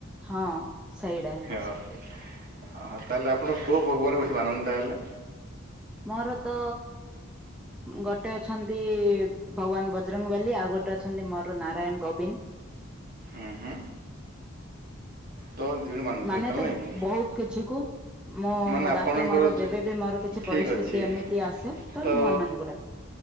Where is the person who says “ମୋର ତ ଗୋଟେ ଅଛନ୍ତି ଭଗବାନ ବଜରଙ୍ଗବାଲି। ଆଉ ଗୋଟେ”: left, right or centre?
Centre